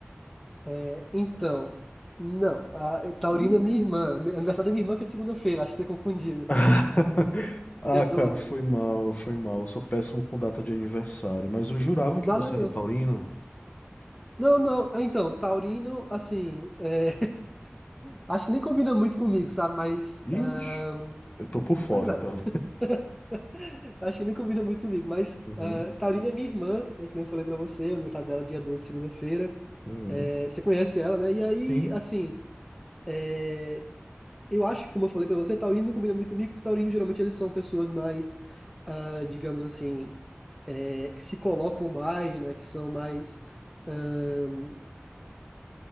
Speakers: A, in the centre; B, on the left (about 35°).
A: É, então, não, a a Taurina
B: Sim.
A: é minha irmã. Aniversário da minha irmã que é segunda-feira, acho que você confundiu.
B: <laughs> Ah,
A: Dia 12.
B: cara, foi mal, foi mal. Eu sou péssimo com data de aniversário, mas eu jurava que
A: Nada
B: você
A: não.
B: era taurino.
A: Não, não. Ah, então, Taurino, assim, é, <laughs> acho que nem combina muito comigo, sabe? Mas,
B: Ixi,
A: ahn,
B: eu tô por fora,
A: pois é,
B: então.
A: <laughs> acho que nem combina muito comigo. Mas
B: Uhum,
A: ah, Taurina é minha irmã, né? Que nem eu falei pra você, o aniversário dela é dia 12, segunda-feira.
B: uhum.
A: É, você conhece ela, né? E aí,
B: Sim.
A: assim. é, Eu acho que, como eu falei pra você, taurino não combina muito comigo, porque taurino geralmente eles são pessoas mais, ah, digamos assim, eh, que se colocam mais, né? Que são mais ahn,